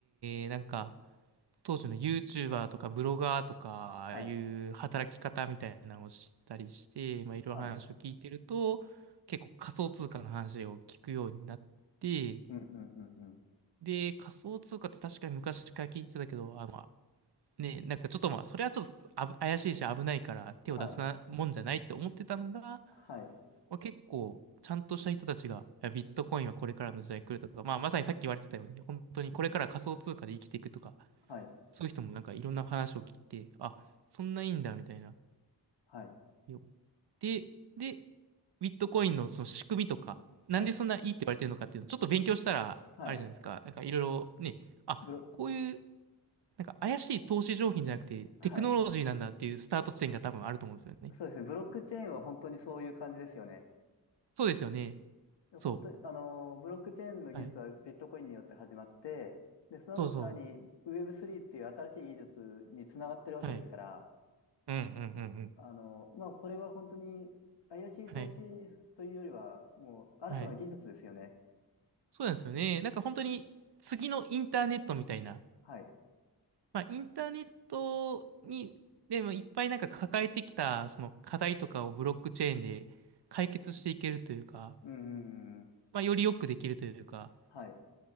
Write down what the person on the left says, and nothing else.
はい。
はい。うん、
うん、うん、うん。
はい。はい。
はい。
はい。
はい。はい。
ブロ、
はい。そうですね。ブロックチェーンは本当にそういう感じですよね。
で本当に、
あの、ブロックチェーンの技術はビットコインによって始まって、
で、その後さらにウェブ3っていう新しい技術につながってるわけですから、
あの、まあ、これは本当に怪しい投資というよりは、
もう新たな技術ですよね。
はい。
うんうんうんうん。
はい。